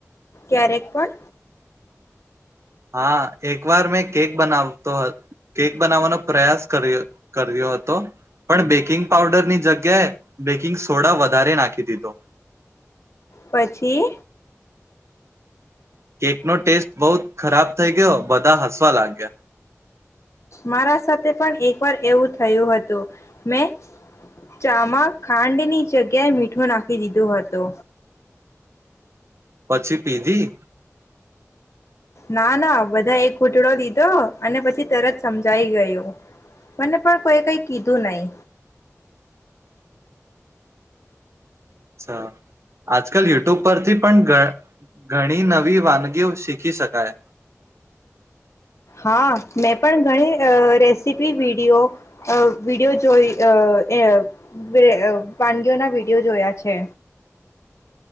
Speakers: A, on the left; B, on the right.
A: ક્યારેક પણ?
B: હા, એક વાર મેં કેક બનાવ તો, કેક બનાવાનો પ્રયાસ કર્યો-કર્યો હતો. પણ બેકિંગ પઉડરની જગ્યાએ બેકિંગ સોડા વધારે નાખી દીધો.
A: પછી?
B: કેકનો ટેસ્ટ બહુત ખરાબ થઈ ગયો, બધા હસવા લાગ્યા.
A: મારા સાથે પણ એક વાર એવું થયું હતું. મેં, ચામાં ખાંડની જગ્યાએ મીઠું નાખી દીધો હતો.
B: પછી પીધી?
A: ના-ના બધા એક ઘૂટડો લીધો અને પછી તરત સમજાઈ ગયો. મને પણ કોઈ કઈ કીધું નહી.
B: અચ્છા. આજકાલ યુટ્યુબ પરથી પણ ઘ-ઘણી નવી વાનગીઓ શીખી શકાય.
A: હા. મેં પણ ઘણી અહ રેસીપી વીડિયો અહ વીડિયો જોઈ અહ એ વે-વાનગીઓના વીડિયો જોયા છે.